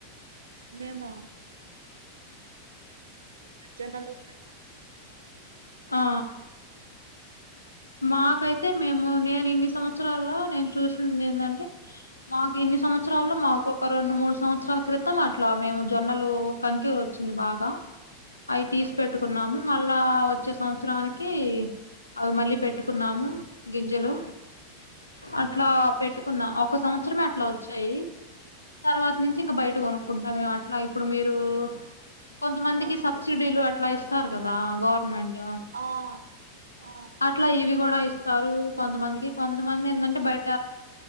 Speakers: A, on the right; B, on the left.
A: మేము కెచ్చెండల్లు
B: హా మాకైతే మేము నేనిన్ని సంవత్సరాల్లో నేను చూసింది ఏందంటే మాకు ఇన్ని సంవత్సరాల్లో
A: ఆ!
B: మాకొక రెండు మూ సంవత్సరాల క్రితం అట్లా మేము జొన్నలు కంకి వచ్చింది బాగా అవి తీసి పెట్టుకున్నాము
A: ఆహా!
B: మళ్ళా వచ్చే సంవత్సరానికి అవి మళ్ళీ పెట్టుకున్నాము గింజలు అట్లా
A: ఆ!
B: పెట్టు కున్నా ఒక సంవత్సరమే అట్లా వచ్చాయి తర్వాత నుంచి ఇంకా బయట కొనుక్కుంటా మే అట్లా ఇప్పుడు మీరు కొంతమందికి
A: అవునులే.
B: సబ్సిడీలు అట్లా ఇస్తారు కదా గవర్నమెంట్
A: ఆ! ఆ!
B: అట్లా ఇవి కూడా ఇస్తారు కొంతమందికి కొంతమంది ఏందంటే బయట